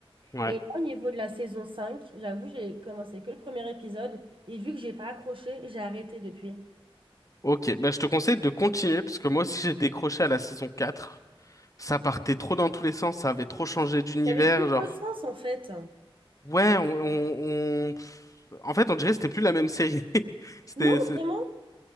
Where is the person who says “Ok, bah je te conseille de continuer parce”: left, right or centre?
Left